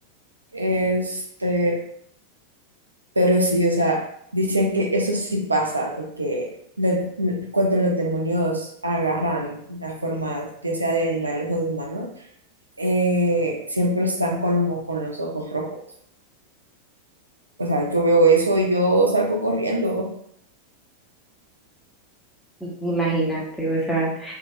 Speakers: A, on the right (about 80°); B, in the centre.
A: Este, Pero sí, o sea, dicen que eso sí pasa, de que le- cuando los demonios agarran las formas, ya sea de animales o de humanos, eh, siempre están como con los ojos rojos. O sea, yo veo eso y yo salgo corriendo.
B: Imagínate, o sea.